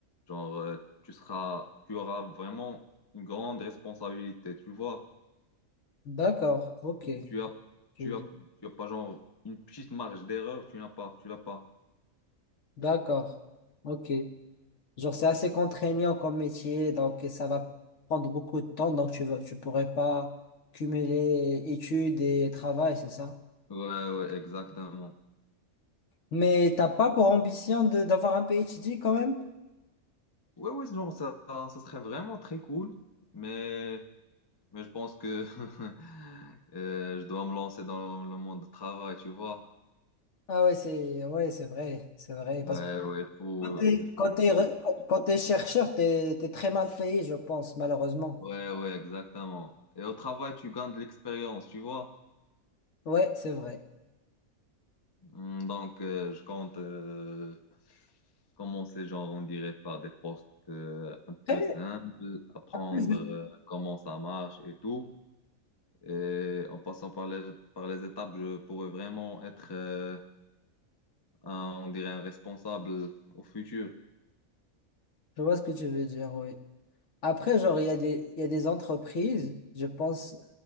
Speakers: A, on the left; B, on the left.
A: Genre, euh, tu seras, tu auras vraiment une grande responsabilité, tu vois.
B: D'accord, ok.
A: Tu as,
B: tu
A: tu
B: veux dire.
A: as, tu as pas, genre, une petite marge d'erreur, tu n'as pas, tu l'as pas.
B: D'accord, ok. Genre, c'est assez contraignant comme métier, donc ça va prendre beaucoup de temps, donc tu vas, tu pourrais pas cumuler études et travail, c'est ça?
A: Ouais, ouais, exactement.
B: Mais t'as pas pour ambition de d'avoir un PhD quand même?
A: Ouais, ouais, genre, ça, ça serait vraiment très cool, mais, mais je pense que <laughs> euh, je dois me lancer dans le monde du travail, tu vois.
B: Ah ouais, c'est ouais, c'est vrai, c'est vrai.
A: Ouais,
B: Parce que
A: ouais, il faut,
B: quand t'es,
A: il faut
B: quand
A: que-
B: t'es re- quand t'es chercheur, t'es, t'es très mal payé, je pense, malheureusement.
A: Ouais, ouais, exactement. Et au travail, tu gagnes de l'expérience, tu vois.
B: Ouais, c'est vrai.
A: Hmm, Donc, euh, je compte euh, commencer, genre, on dirait, par des postes euh, un peu
B: Après,
A: simples, apprendre
B: je
A: euh, comment ça marche et tout. Et en passant par les, par les étapes, je pourrais vraiment être, euh, un- on dirait, un responsable au futur.
B: vois ce que tu veux dire, oui. Après, genre, il y a des, il y a des entreprises, je pense.